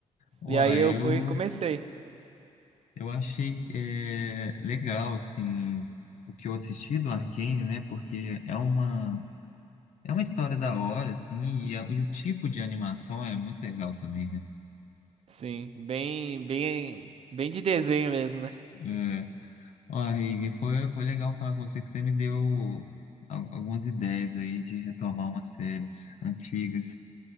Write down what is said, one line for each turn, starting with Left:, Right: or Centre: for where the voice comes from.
Left: Uai,
Right: E aí eu fui
Left: eu,
Right: e comecei.
Left: eu achei é, legal, assim, o que eu assisti do Arcane, né? Porque é uma É uma história da hora, assim, e, a- e o tipo de animação é muito legal também, né?
Right: Sim, bem, bem, bem de desenho mesmo, né? <laughs>
Left: É, ó, Reig, foi, foi legal falar com você que você me deu al- algumas ideias aí de retomar umas séries antigas.